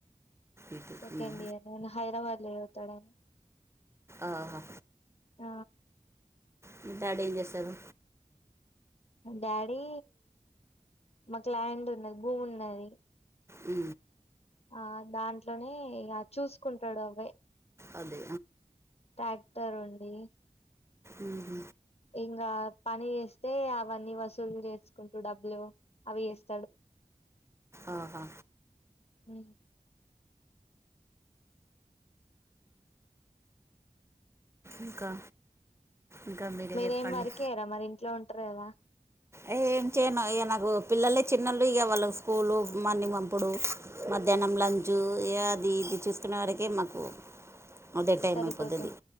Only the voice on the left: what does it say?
సెకండ్
ఇయర్ నేను హైదరాబాద్ లో చదువుతడన్
ఆ
డాడీ మాక్ ల్యాండ్ ఉన్నది భూమున్నది
ఆ దాంట్లోనే ఇగ చూసుకుంటడు అవ్వే
ట్రాక్టర్ ఉంది
ఇంగ పని చేస్తే అవన్నీ వసూలు చేసుకుంటూ డబ్బులు అవి ఎస్
ఉ
మీరేం
వర్క్ చేర మరి ఇంట్లో ఉంటారు కదా
సరిపోతుంది